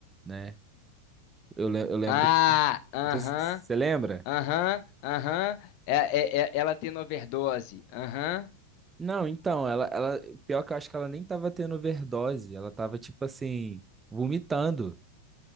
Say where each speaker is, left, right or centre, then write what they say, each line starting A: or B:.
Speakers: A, on the right; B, on the left.
A: né? Eu, le- eu lembro
B: Ah,
A: que.
B: aham.
A: Você lembra?
B: Aham, aham. É, é- é- ela tendo overdose. Aham.
A: Não, então, ela, ela. Pior que eu acho que ela nem tava tendo overdose, ela tava, tipo assim, vomitando.